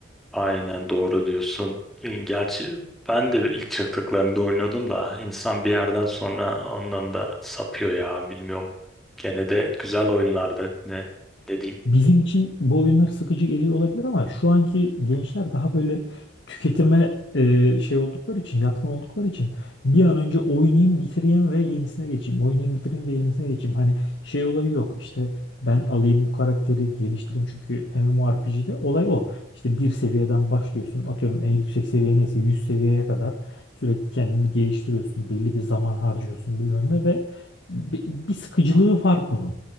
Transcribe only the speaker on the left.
Bizim için bu oyunlar sıkıcı geliyor olabilir ama şu anki gençler daha böyle tüketime e, şey oldukları için, yatkın oldukları için bir an önce oynayayım, bitireyim ve yenisine geçeyim. Oynayayım, bitireyim ve yenisine geçeyim. Hani şey olayı yok. İşte ben alayım bu karakteri, geliştireyim çünkü MMORPG'de olay o. İşte bir seviyeden başlıyorsun. Atıyorum en yüksek seviye neyse 100 seviyeye kadar sürekli kendini geliştiriyorsun. Belli bir zaman harcıyorsun bilmem ne ve bi- bir sıkıcılığı var bunun